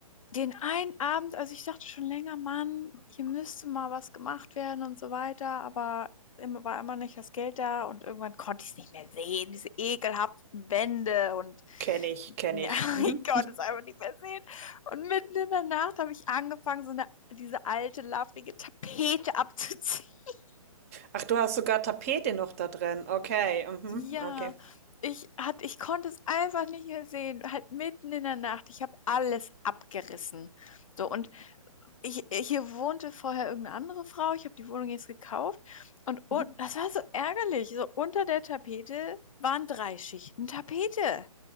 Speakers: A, on the left; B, on the right.
A: den einen Abend, also ich dachte schon länger, Mann, hier müsste mal was gemacht werden und so weiter, aber immer war immer nicht das Geld da und irgendwann konnte ich es nicht mehr sehen, diese ekelhaften Wände und
B: Kenne ich, kenne
A: ja,
B: ich.
A: <laughs>
B: Mhm.
A: ich konnte es einfach nicht mehr sehen. Und mitten in der Nacht habe ich angefangen, so eine, diese alte, labrige Tapete abzuziehen. <laughs>
B: Ach, du hast sogar Tapete noch da drin. Okay, mhm,
A: Ja,
B: okay.
A: ich hat, ich konnte es einfach nicht mehr sehen, halt mitten in der Nacht. Ich habe alles abgerissen. So, und ich, hier wohnte vorher irgendeine andere Frau, ich habe die Wohnung jetzt gekauft und, un-
B: Mhm.
A: das war so ärgerlich. So unter der Tapete waren drei Schichten Tapete.